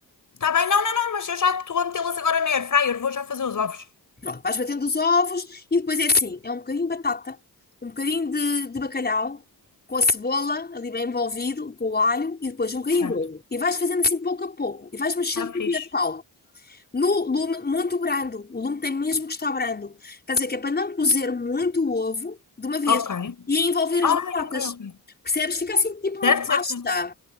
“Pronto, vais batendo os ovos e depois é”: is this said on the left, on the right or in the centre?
Left